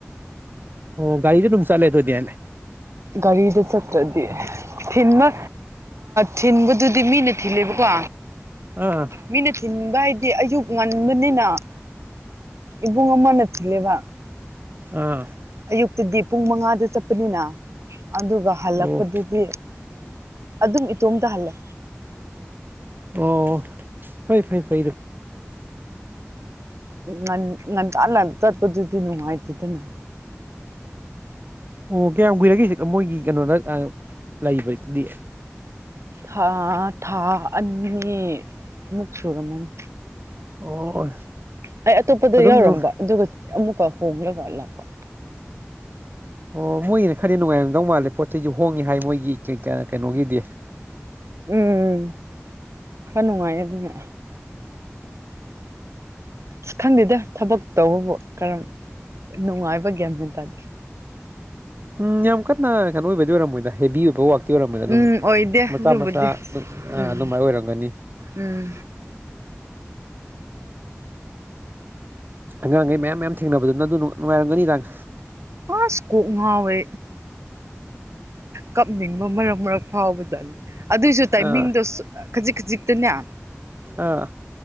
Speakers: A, on the right; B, on the right.
A: ꯑꯣ ꯒꯥꯔꯤꯗꯦ ꯅꯅꯨꯡꯝ ꯆꯂꯦ ꯑꯗꯨꯗꯤꯂ
B: ꯒꯥꯔꯤꯗ ꯆꯠꯇ꯭ꯔꯗꯤ ꯊꯤꯟꯕ ꯊꯤꯟꯕꯗꯨꯗꯤ ꯃꯤꯅ ꯊꯤꯜꯂꯦꯕꯀꯣ
A: ꯑꯥ
B: ꯃꯤꯅꯆꯤꯟꯕꯏ ꯗꯤ ꯑꯌꯨꯛ ꯉꯟꯕꯅꯤꯅ ꯏꯕꯨꯡ ꯑꯃꯅ ꯊꯤꯜꯂꯦꯕ
A: ꯑꯥ
B: ꯑꯌꯨꯛꯇꯗꯤ ꯄꯨꯡ ꯃꯉꯥꯗ ꯆꯠꯄꯅꯤꯅ ꯑꯗꯨꯒ ꯍꯜꯂꯛꯄꯗꯗꯤ
A: ꯑꯣ
B: ꯑꯗꯨꯝ ꯏꯇꯣꯝꯇꯍꯜꯂꯦ
A: ꯑꯣ ꯐꯩ ꯐꯩ ꯐꯩꯗ
B: ꯅꯟ ꯅꯟ ꯇꯟ ꯇꯠ ꯀꯗꯗꯤꯅꯤꯅꯨꯡꯉꯥꯏꯇꯗꯦꯅ
A: ꯑꯣ ꯀꯌꯥꯝ ꯀꯨꯏꯔꯒꯦꯁ ꯃꯣꯏꯒꯤ ꯀꯩꯅꯣꯗ ꯂꯩꯏꯕ ꯒꯤꯗꯤ
B: ꯊꯥ ꯊꯥ ꯑꯅꯤ ꯃꯨꯛ ꯁꯣꯔꯣꯝ ꯃꯅꯤ
A: ꯑꯣ
B: ꯑꯩ ꯑꯇꯣꯞꯄꯗ
A: ꯑꯗꯨꯝ
B: ꯌꯥꯎꯔꯝꯕ ꯑꯗꯨꯒ ꯑꯃꯨꯀ ꯍꯣꯡꯂꯒꯂꯄ
A: ꯑꯣ ꯃꯣꯏꯒꯤꯅ ꯈꯔꯗꯤ ꯅꯨꯡꯉꯥꯏꯔꯝꯗꯧ ꯃꯥꯜꯂꯦ ꯄꯣꯠ ꯆꯩꯁꯨ ꯍꯣꯡꯉꯤ ꯍꯥꯏ ꯃꯣꯏꯒꯤ ꯀꯩꯅꯣꯒꯤꯗꯤ
B: ꯎꯝꯝ ꯈꯔ ꯅꯨꯡꯉꯥꯏ ꯑꯗꯨꯅ ꯑꯁ ꯈꯪꯗꯦꯗ ꯊꯕꯛ ꯇꯧꯕꯕꯨ ꯀꯔꯝ ꯅꯨꯡꯉꯥꯏꯕ ꯒ꯭ꯁꯤꯦꯟ ꯇꯥꯗꯦ
A: ꯎꯝ ꯌꯥꯝꯦꯝ ꯀꯗꯅ ꯀꯩꯅꯅ ꯑꯣꯏꯕꯩ ꯑꯣꯏꯔꯝꯣꯏꯗ ꯍꯦꯕꯤ ꯑꯣꯏꯕ ꯋꯥ ꯛꯇꯤ ꯑꯣꯏꯔꯝꯕꯗ ꯑꯗꯨꯝ
B: ꯎꯝ ꯑꯣꯏꯗꯦ ꯑꯗꯨꯕꯨꯗꯤ
A: ꯃꯆꯥ ꯃꯆꯥ ꯑꯗꯨꯝ
B: ꯎꯝ
A: ꯑꯗꯨꯃꯥꯏꯅ ꯑꯣꯏꯔꯝꯒꯅꯤ
B: ꯎꯝ
A: ꯑꯉꯥꯡꯈꯩ ꯃꯌꯥꯝ ꯃꯌꯥꯝ ꯊꯦꯡꯅꯕꯗꯨꯅ ꯑꯗꯨ ꯅꯨꯡꯉꯥꯏꯔꯝꯒꯅꯤ ꯏꯗꯥꯡ
B: ꯑꯁ ꯀꯣꯛ ꯉꯥꯎꯋꯦ ꯀꯞꯅꯤꯡꯕ ꯃꯔꯛ ꯃꯔꯛ ꯐꯥꯎꯕꯗ ꯑꯗꯨꯏꯁꯨ ꯇꯥꯏꯃꯤꯡꯗꯣ
A: ꯑꯥ
B: ꯈꯖꯤꯛ ꯈꯖꯤꯛ ꯑꯗꯨꯅ
A: ꯑꯥ